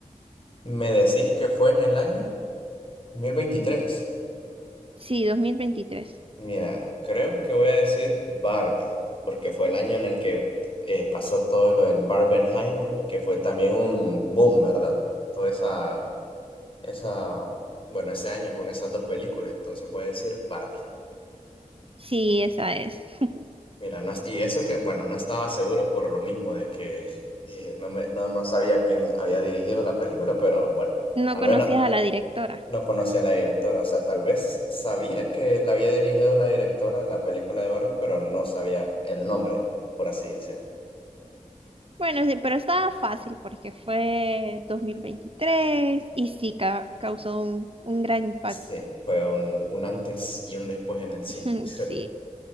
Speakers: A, on the left; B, on the right.
A: Me decís que fue en el año 2023.
B: Sí, 2023.
A: Mira, creo que voy a decir Barbie, porque fue el año en el que eh, pasó todo lo del Barbenheimer, que fue también un boom, ¿verdad? Toda esa, esa, bueno, ese año con esas dos películas, entonces voy a decir Barbie.
B: Sí, esa es. <laughs>
A: Mira, no, est- y eso que, bueno, no estaba seguro por lo mismo de que eh, no, me, no, no sabía quién había dirigido la película, pero bueno,
B: No
A: al
B: conocías
A: menos
B: a la directora.
A: no conocía a la directora. O sea, tal vez sabía que la había dirigido una directora la película de Barbie, pero no sabía el nombre, por así decirlo.
B: Bueno, sí, pero estaba fácil porque fue 2023 y sí ca- causó un, un gran impacto.
A: Sí, fue un, un antes y un después en el cine.
B: <laughs>
A: <laughs>
B: Sí.